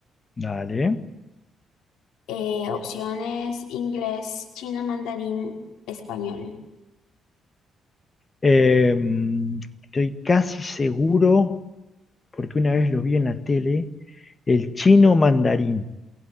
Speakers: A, on the left (about 30°); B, on the left (about 85°).
A: Dale.
B: Eh, opciones inglés, chino, mandarín, español.
A: Eh, estoy casi seguro, porque una vez lo vi en la tele, el chino mandarín.